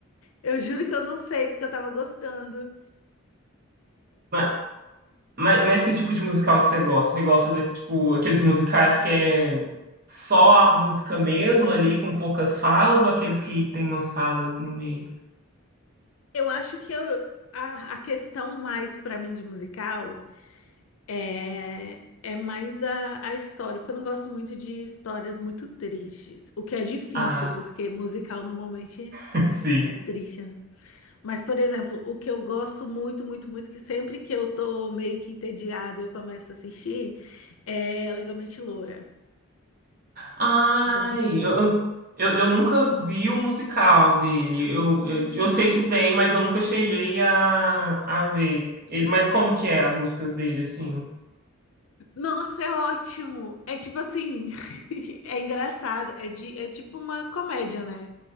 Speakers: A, on the left; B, on the right.
A: Eu juro que eu não sei, porque eu tava gostando.
B: Ma- Mas, mas que tipo de musical que você gosta? Você gosta, da, tipo, aqueles musicais que é só a música mesmo ali, com poucas falas, ou aqueles que tem umas falas no meio?
A: Eu acho que eu- a, a questão mais pra mim de musical é, é mais a, a história, porque eu não gosto muito de histórias muito tristes, o que é difícil,
B: Ah,
A: porque musical normalmente
B: <laughs> sim.
A: é triste, né? Mas, por exemplo, o que eu gosto muito, muito, muito, que sempre que eu tô meio que entediada, eu começo a assistir, é Legalmente Loura.
B: Ai,
A: Já viu?
B: eu, eu, eu eu nunca vi o musical dele. Eu,
A: Uhum.
B: eu, eu sei que tem, mas eu nunca cheguei a, a ver. Ele, mas como que é as músicas dele, assim?
A: Nossa, é ótimo. É tipo assim, <laughs> é engraçado. É, de, é tipo uma comédia, né?